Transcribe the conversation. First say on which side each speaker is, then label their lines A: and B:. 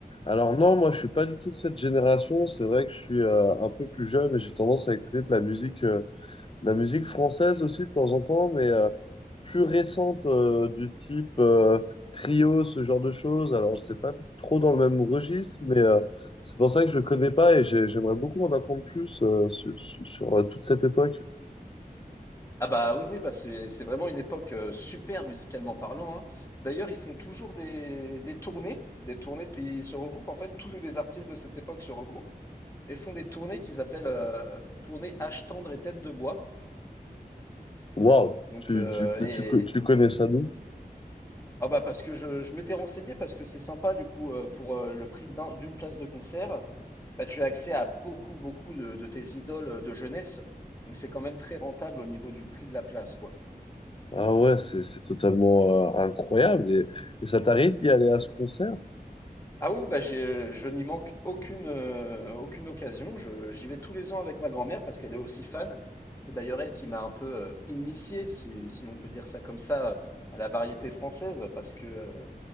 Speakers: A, on the left; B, on the left.
A: Alors non, moi je suis pas du tout de cette génération. C'est vrai que je suis euh, un peu plus jeune et j'ai tendance à écouter de la musique, euh, de la musique française aussi de temps en temps, mais euh, plus récente euh, du type euh, trio, ce genre de choses. Alors je sais pas trop dans le même registre, mais euh, c'est pour ça que je connais pas et j'ai- j'aimerais beaucoup en apprendre plus euh, sur, sur- sur, euh, toute cette époque.
B: Ah bah oui, oui, bah c'est c'est vraiment une époque, heu, super musicalement parlant, hein. D'ailleurs, ils font toujours des des tournées, des tournées ils se regroupent en fait, tous les artistes de cette époque se regroupent et font des tournées qu'ils appellent, heu, tournées Âge tendre et tête de bois.
A: Waouh,
B: Donc,
A: tu,
B: heu
A: tu,
B: et
A: tu, tu connais ça d'où?
B: ah bah parce que je je m'étais renseigné parce que c'est sympa du coup, heu, pour, heu, le prix d'un d'une place de concert, bah tu as accès à beaucoup, beaucoup de de tes idoles, heu, de jeunesse. Donc c'est quand même très rentable au niveau du prix de la place, quoi.
A: Ah ouais, c'est c'est totalement euh, incroyable. Et, et ça t'arrive d'y aller à ce concert?
B: Ah oui, bah j'ai- euh, je n'y manque aucune, euh, aucune occasion. Je- j'y vais tous les ans avec ma grand-mère parce qu'elle est aussi fan. C'est d'ailleurs elle qui m'a un peu euh, initié, si, si on peut dire ça comme ça, euh, à la variété française. Parce que euh,